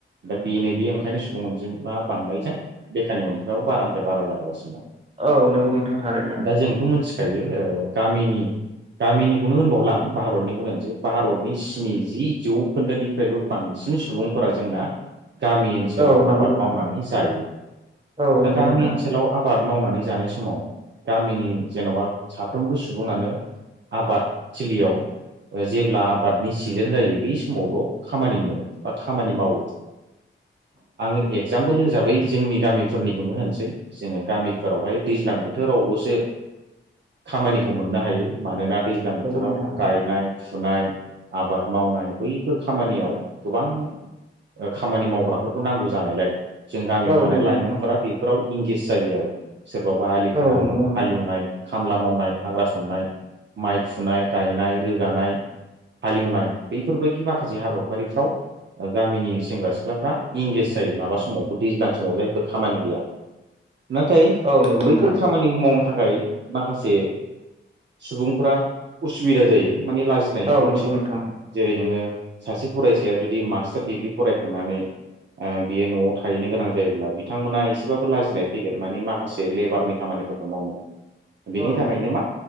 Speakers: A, on the right; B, on the right.
A: दा बेनो बेयो ओंखायनो सुबुं अनजिमा बांनायजों बेखारनि अनजिमायाबो बारानिफ्राय बारा जाबोगासिनो दं।
B: औ नंगौ नोंथां थारैनो
A: दा जोंथ' मोनसि फायो ओ गामिनि गामिनिखौनो होनबावला आं भारतनि होनसै भारतनि स्निजि जौखोन्दोनिफ्रायबो बांसिन सुबुंफोरा जोंना गामि ओनसोलाव
B: औ नंगौ
A: आबाद
B: नोंथां
A: मावनानै जायो
B: औ
A: दा
B: नंगौ
A: गामि ओनसोलाव आबाद मावनानै जानाय समाव गामिनि जेन'बा साफ्रोमबो सुबुङानो आबाद थिलियाव जेब्ला आबादनि सिजोन जायो बे समावल' खामानि मोनो बा खामानि मावो। आङो एगजामपोल हिसाबै जोंनि गामिफोरनिखौनो होनसै। जोङो गामिफोरावहाय दैज्लां बोथोरावल'सो खामानिखौ मोननो हायो मानोना दैज्लां बोथोराव
B: नोंथां
A: गायनाय सुनाय आबाद मावनाय बैफोर खामानियाव गोबां ओ खामानि मावग्राफोरखौ नांगौ जानायलाय जों गामियाव
B: औ
A: थानाय
B: नंगौ
A: लाइमोनफोरा
B: नोंथां
A: बेफोराव इंगेज जायो आरो। सोरबाबा आलि
B: औ
A: खोनाय
B: नंगौ नोंथां
A: हालेवनाय खामला मावनाय हाग्रा सननाय माइ फुनाय गायनाय रोगानाय हालिवनाय बेफोरबायदि माखासे हाबाफारिफ्राव ओ गामिनि सेंग्रा सिख्लाफ्रा इंगेज जायो माबा समावबो दैज्लां समाव जायफोर खामानि गैया। नाथाय
B: औ नंगौ
A: बैफोर
B: नोंथां औ नंगौ नोंथां
A: था खामानिखौ मावनो थाखाय माखासे सुबुंफोरा उसुबिदा जायो। माने लाजिनाय
B: औ
A: दंसै
B: नंगौ नोंथां
A: जेरै नोङो सासे फरायसाया जुदि मास्टार डिग्रि फरायखांनानै बियो न'आव थाहैनो गोनां जायोब्ला बिथांमोना एसेबाबो लाजिनाय फैगोन मानि माखासे लेबारनि खामानिफोरखौ मावनो बेनि
B: औ
A: थाखायनो
B: नंगौ
A: मा